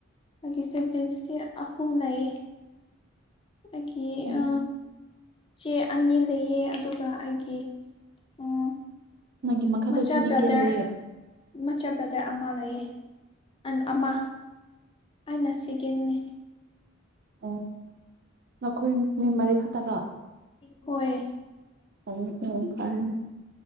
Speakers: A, on the left; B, on the right.
A: ꯑꯩꯒꯤ ꯁꯤꯕꯤꯂꯤꯡꯁꯇꯤ ꯑꯍꯨꯝ ꯂꯩꯌꯦ ꯑꯩꯒꯤ
B: ꯑꯣ
A: ꯑ ꯆꯦ ꯑꯅꯤ ꯂꯩꯌꯦ ꯑꯗꯨꯒ ꯑꯩꯒꯤ ꯎꯝ
B: ꯅꯪꯒꯤ ꯃꯈꯥꯗ
A: ꯃꯆꯥ
B: ꯃꯤ
A: ꯕꯔ꯭ꯗꯔ
B: ꯀꯌꯥ ꯂꯩꯌꯦ
A: ꯃꯆꯥ ꯕ꯭ꯔꯗꯔ ꯑꯃ ꯂꯩꯌꯦ ꯑꯟ ꯑꯃ ꯑꯥꯏꯅ ꯁꯤꯀꯦꯟꯅꯦ
B: ꯑꯣ ꯅꯈꯣꯏ ꯃꯤ ꯃꯔꯤ ꯈꯛꯇꯔꯥ
A: ꯍꯣꯏ
B: ꯎꯝ ꯎꯝ ꯐꯔꯦ